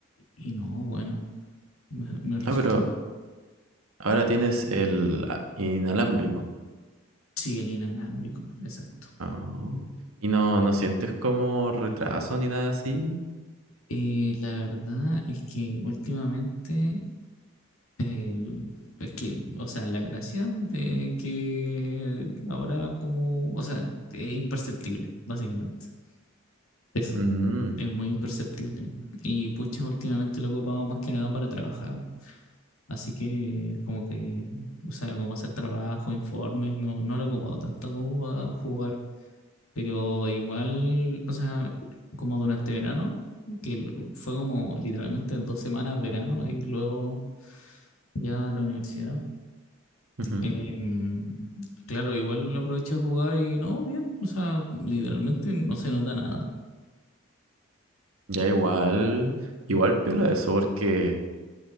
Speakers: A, on the left; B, on the right.
A: Y no, bueno, me, me resultó
B: Ah, pero
A: muy.
B: ahora tienes el ah, inalámbrico.
A: Sí, el inalámbrico, exacto.
B: Ah, y no, no sientes como retraso ni nada así.
A: Eh, la verdad es que últimamente, el- es que, o sea, la gracia de que ahora como, o sea, es imperceptible, básicamente. Eso,
B: Mm,
A: es muy imperceptible. Y pucha, últimamente lo he ocupado más que nada para trabajar. Así que como que, o sea, como hacer trabajo, informes, no, no lo he ocupado tanto como para jugar. Pero igual, o sea, como durante verano, que lo- fue como literalmente dos semanas verano y luego ya la universidad.
B: ujú.
A: em, claro, igual lo aproveché a jugar y no, bien, o sea, literalmente no se nota nada.
B: Ya igual, igual piola eso, porque